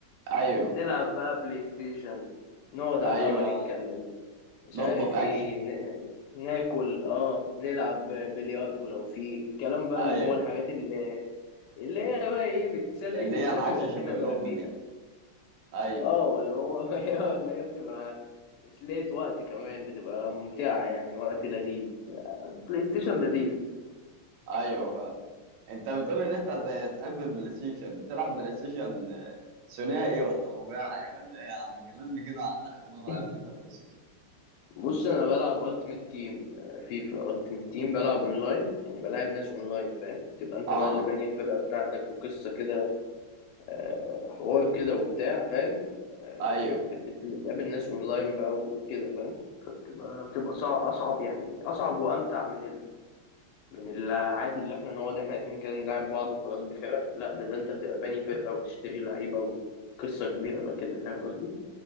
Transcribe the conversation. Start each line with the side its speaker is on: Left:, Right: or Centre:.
Right: ايوه
Left: نلعب بقى بلاي ستيشن نقعد على
Right: ايوه
Left: القهوة نتكلم مش
Right: نطلب
Left: عارف ايه
Right: اكل
Left: ن... ناكل اه نلعب بلياردو لو في الكلام بقى
Right: ايوه
Left: اللي هو الحاجات اللي اللي هي بقى ايه بتسلي
Right: اللي
Left: بنسلي
Right: هي معاش
Left: وقتنا
Right: شبه قلوبنا
Left: بقى بيها
Right: دي ايوه
Left: اه اللي هو <laughs> اللي هي بتبقى تسلية وقت كمان بتبقى ممتعة يعني وقت لذيذ بلاي ستيشن لذيذ
Right: ايوه فعلا انت بتقول ان انت بتحب البلاي ستيشن بتلعب بلاي ستيشن آه، ثنائي ولا رباعي ولا ايه يا عم كلمني كده عن اخر مره
Left: <laughs>
Right: لعبت فيها
Left: <clears throat>
Right: بلاي ستيشن
Left: بص انا بلعب التيمت تيم فيفا التيمت تيم بلعب اونلاين يعني بلعب ناس اونلاين فاهم تبقى انت
Right: اه
Left: بقى اللي باني الفرقة بتاعتك وقصة كده آه، حوار كده وبتاع فاهم آه،
Right: ايوه
Left: بت- بت- بتقابل ناس اونلاين بقى وكده فاهم فبتبقى بتبقى صع- اصعب يعني اصعب وامتع من من العادي اللي احنا نقعد احنا اتنين كده نلعب بعض وخلاص بفرق لا ده ده انت بتبقى باني فرقة وتشتري لعيبة وقصة كبيرة بقى كده فاهم قصدي؟